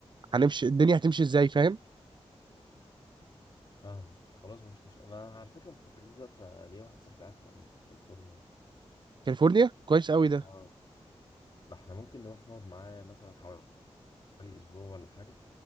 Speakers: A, on the right; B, on the left.
A: هنمشي الدنيا هتمشي ازاي فاهم
B: فاهمك خلاص مفيش مشكله انا على فكره انت فكرتني دلوقتي انا ليا واحد صاحبي قاعد في امريكا في كاليفورنيا
A: كاليفورنيا كويس قوي ده
B: اه ده احنا ممكن نروح نقعد معاه مثلا حوالي اسبوع ولا حاجه